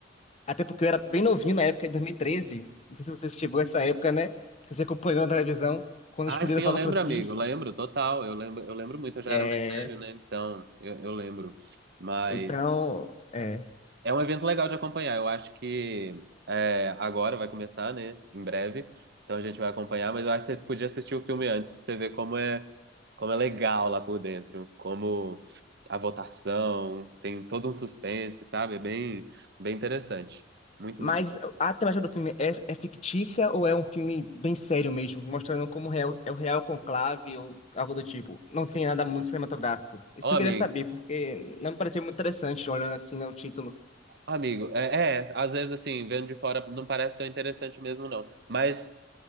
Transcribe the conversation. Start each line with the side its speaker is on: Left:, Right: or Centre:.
Left: Até porque eu era bem novinho na época, em 2013. Não sei se você chegou a essa época, né? Se você acompanhou na televisão, quando
Right: Ah,
Left: escolheram
Right: sim,
Left: o
Right: eu
Left: Papa
Right: lembro,
Left: Francisco.
Right: amigo, lembro, total. Eu lembro, eu lembro muito, eu já
Left: É,
Right: era mais velho, né? Então, eu, eu lembro. Mas
Left: então, é.
Right: é um evento legal de acompanhar. Eu acho que é, agora vai começar, né? Em breve. Então a gente vai acompanhar, mas eu acho que você podia assistir o filme antes pra você ver como é, como é legal lá por dentro, como a votação, tem todo um suspense, sabe? É bem, bem interessante. Muito,
Left: Mas
Right: muito.
Left: a temática do filme é, é fictícia ou é um filme bem sério mesmo, mostrando como real, é o real conclave ou algo do tipo? Não tem nada muito cinematográfico. Isso
Right: Ó,
Left: eu
Right: amigo,
Left: queria saber, porque não me pareceu muito interessante, olhando assim, né, o título.
Right: amigo, é, é, às vezes assim, vendo de fora não parece tão interessante mesmo, não. Mas